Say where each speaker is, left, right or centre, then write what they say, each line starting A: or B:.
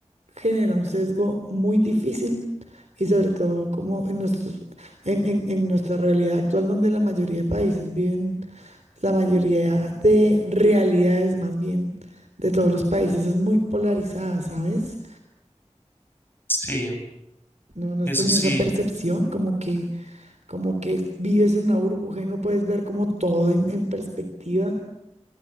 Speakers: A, on the right; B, on the left.
A: genera un sesgo muy difícil y sobre todo como en nuestros, en, en- en nuestra realidad actual donde la mayoría de países viven, la mayoría de realidades más bien de todos los países es muy polarizada, ¿sabes?
B: sí,
A: ¿No, no
B: eso
A: has tenido
B: sí.
A: esa percepción como que, como que vives en una burbuja y no puedes ver como todo en, en perspectiva?